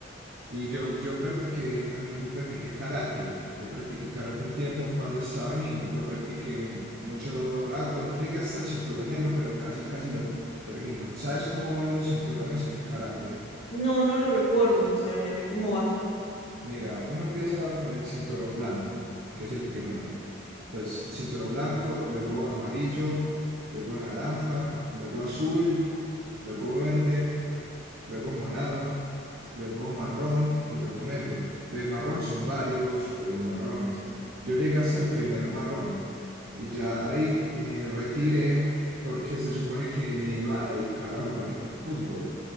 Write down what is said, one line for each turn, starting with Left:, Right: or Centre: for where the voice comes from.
Right: y yo, yo practiqué también, yo practiqué karate. Yo practiqué karate un tiempo cuando estaba niño. Lo practiqué mu- mucho rato. No llegué hasta el cinturón negro, pero casi, casi lo termino. ¿Sabes cómo van los cinturones en el karate?
Left: No, no lo recuerdo, sinceramente, cómo va
Right: Mira, uno empieza con el cinturón blanco, que es el primero. Entonces, cinturón blanco, luego amarillo, luego naranja, luego azul, luego verde. luego morado, luego marrón y luego negro. De marrón son varios eh, marrones. Yo llegué hasta el primer marrón y ya ahí me retiré porque se supone que me iba a dedicar a jugar fútbol